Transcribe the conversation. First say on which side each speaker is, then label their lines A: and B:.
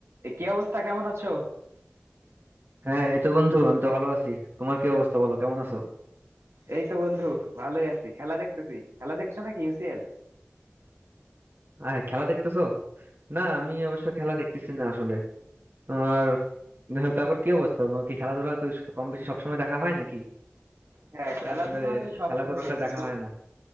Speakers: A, on the right; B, on the right.
A: এ কি অবস্থা কেমন আছো
B: হ্যাঁ এই তো বন্ধু আমি তো ভালো আছি তোমার কি অবস্থা বলো কেমন আছো
A: এই তো বন্ধু ভালোই আছি খেলা দেখতেছি খেলা দেখছো নাকি ইউসিএল
B: আহ খেলা দেখতেছো না আমি অবশ্য খেলা দেখতেছি না আসলে তোমার <laughs> তারপর কি অবস্থা তোমার কি খেলাধুলা কি স- কম বেশি সবসময় দেখা হয় নাকি
A: হ্যাঁ
B: এটা
A: খেলাধুলা
B: আসলে
A: আমি সব
B: খেলা
A: সময়
B: খুব একটা
A: দেখি
B: দেখা
A: ফুট-
B: হয় না